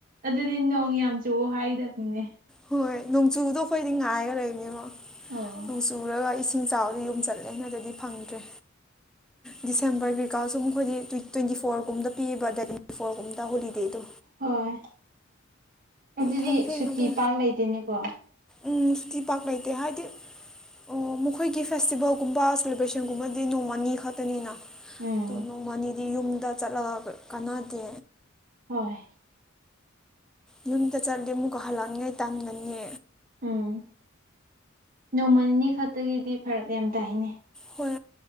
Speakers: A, on the right; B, in the centre.
A: ꯑꯗꯨꯗꯤ ꯅꯣꯡ ꯌꯥꯝ ꯆꯨꯎ ꯍꯥꯏꯒꯗꯕꯅꯤꯅꯦ
B: ꯍꯣꯏ ꯅꯣꯡꯆꯨꯗꯣ ꯑꯩꯈꯣꯏꯗꯤ ꯉꯥꯏꯈꯗꯣꯏꯅꯦꯕꯣ
A: ꯑꯣ
B: ꯇꯨꯔꯒ ꯏꯁꯤꯡ ꯆꯥꯎꯕꯗ ꯌꯨꯝ ꯆꯠꯂꯦꯅ ꯑꯗꯨꯗꯤ ꯐꯪꯗ꯭ꯔꯦ ꯗꯤꯁꯦꯝꯕꯔ ꯀꯩꯀꯥ ꯁꯨꯝ ꯑꯩꯈꯣꯏꯗꯤ꯭ ꯇ꯭ꯋꯦꯟꯇꯤ ꯐꯣꯔꯒꯨꯝꯕ ꯄꯤꯕ ꯗꯦꯠ ꯇ꯭ꯋꯦꯟꯇꯤ ꯐꯣꯔꯒꯨꯝꯗ ꯍꯣꯂꯤꯗꯦꯗꯣ
A: ꯍꯣꯏ ꯑꯗꯨꯗꯤ
B: ꯊꯦꯡ ꯊꯦꯡꯅ
A: ꯁꯨꯇꯤ
B: ꯄꯤ
A: ꯄꯥꯛꯔ ꯂꯩꯇꯦꯅꯤꯀꯣ
B: ꯎꯝ ꯁꯨꯇꯤ ꯄꯥꯛ ꯂꯩꯇꯦ ꯍꯥꯏꯗꯤ ꯑꯣ ꯃꯈꯣꯏꯒꯤ ꯐꯦꯁꯇꯤꯕꯦꯜꯒꯨꯝꯕ ꯁꯦꯂꯦꯕ꯭ꯔꯦꯁꯟꯒꯨꯝꯕꯗꯤ ꯅꯣꯡꯃꯅꯤ ꯈꯛꯇꯅꯤꯅ
A: ꯎꯝ
B: ꯑ ꯅꯣꯡꯃꯅꯤꯗꯤ ꯌꯨꯝꯗ ꯆꯠꯂꯒ ꯀꯥꯟꯅꯗꯦ
A: ꯍꯣꯏ
B: ꯌꯨꯝꯗ ꯆꯠꯂꯤ ꯑꯃꯨꯛꯀ ꯍꯜꯂꯛꯉꯥꯏ ꯇꯥꯟꯒꯅꯤ
A: ꯎꯝ ꯅꯣꯡꯃ ꯅꯤꯅꯤ ꯈꯛꯇꯒꯤꯗꯤ ꯐꯔꯛ ꯌꯥꯝ ꯇꯥꯏꯅꯦ
B: ꯍꯣꯏ